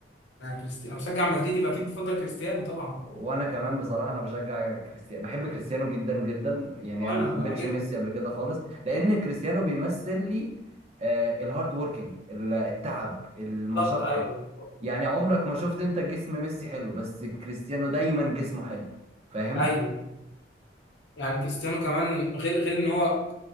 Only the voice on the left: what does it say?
انا كريستيانو انا بشجع مدريد يبقى اكيد بفضل كريستيانو طبعا
وانا
وانا جدا
بالظبط ايوه بالظبط.
ايوه يعني كريستيانو كمان غير غير ان هو